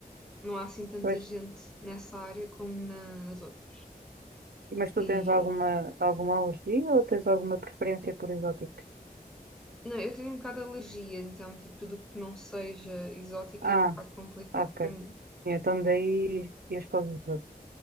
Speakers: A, in the centre; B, on the right (about 85°).
A: Não há assim tanta
B: Pois,
A: gente nessa área como na- nas outras.
B: mas tu
A: E.
B: tens alguma, alguma alergia ou tens alguma preferência por exóticos?
A: Não, eu tenho um bocado de alergia, então, tipo, tudo o que não seja exótico
B: Ah,
A: é um bocado complicado
B: ok.
A: para mim.
B: Então daí ias para os exóticos.